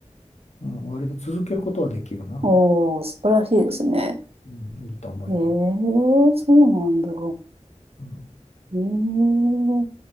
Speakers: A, on the left; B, on the right.
A: う、うん、割と続けることはできるな、
B: おー、素晴らしいですね。
A: うん、いいと思えば。
B: ええそうなんだ。
A: うん
B: ええ